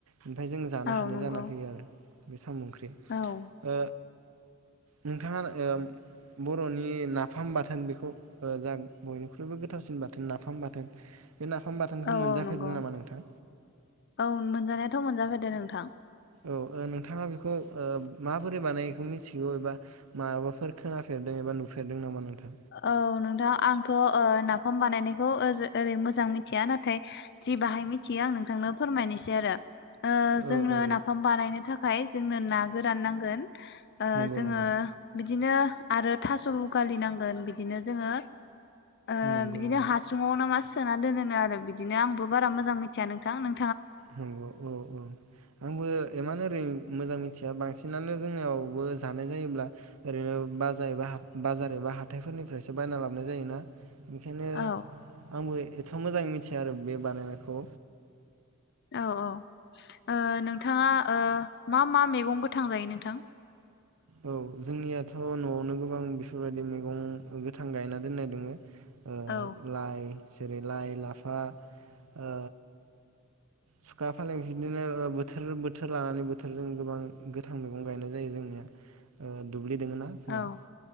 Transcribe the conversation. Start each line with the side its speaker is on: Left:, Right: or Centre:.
Right: ओमफाय जों जानो
Left: औ
Right: हानाय
Left: नंगौ
Right: जाना फैयो आरो। ओंख्रि
Left: औ
Right: ओ नोंथाङा ओ बरनि ना फाम बाथोन बेखौ जा बयनिख्रुइबो गोथावसिन बाथोन नाफाम बाथोन बे नाफाम बाथोनखौ
Left: औ
Right: मोनजाफेरदों
Left: औ नंगौ।
Right: नामा नोंथां?
Left: औ मोनजानायाथ मोनजाफेर दों नोंथां।
Right: औ ओ नोंथाङा बेखौ ओ माबोरै बानायखो मिथिगौ एबा माबाफोर खोनाफेरदों एबा नुफेरदों नामा नोंथां?
Left: ओ औ नोंथां आंथ ओ नाफाम बानायनायखौ ओजो ओरै मोजां मिथिया नाथाय जि बाहाय मिथियो आं नोंथांनो फोरमायनोसै आरो ओ
Right: औ
Left: जोंनो
Right: औ
Left: नाफाम बानायनो थाखाय जोंनो ना गोरान नांगोन। ओ
Right: नंगौ
Left: जोङो
Right: नंगौ
Left: बिदिनो आरो थासुं गालिनांगोन बिदिनो जोङो ओ
Right: नंगौ
Left: बिदिनो
Right: नंगौ
Left: हासुङाव नामा सोना दोनोनो आरो बिदिनो आंबो बारा मोजां मिथिया नोंथां। नों
Right: नंगौ औ औ। आंबो इमान एरै मोजां मिथिया बांसिनानो जोंनियावबो जानाय जायोब्ला ओरैनो बाजार एबा बाजार एबा हाथायफोरनिफ्रायसो बायना लाबोनाय जायोना। बेखायनो
Left: औ
Right: आंबो थ मोजाङै मिथिया आरो बे बानायनायखौ।
Left: औ औ। ओ नोंथाङा ओ मा मा मैगं गोथां जायो नोंथां?
Right: औ जोंनियाथ नयावनो गोबां बेफोरबायदि मैगं गोथां गायना दोननाय दङ। ओ
Left: औ
Right: लाइ। जेरै लाइ, लाफा, ओ सुखा फालें बिदिनो ओ बोथोर बोथोर लानानै बोथोरजों गोबां गोथां मैगं गायनाय जायो जोंनिया। ओम। दुब्लि दोङना जोंहा
Left: औ